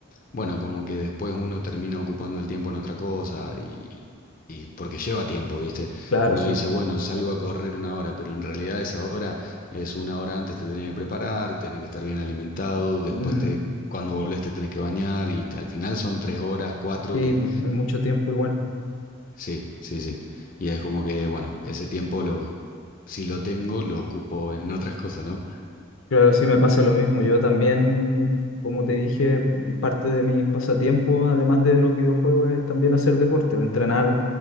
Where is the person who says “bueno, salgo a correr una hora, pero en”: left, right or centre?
Left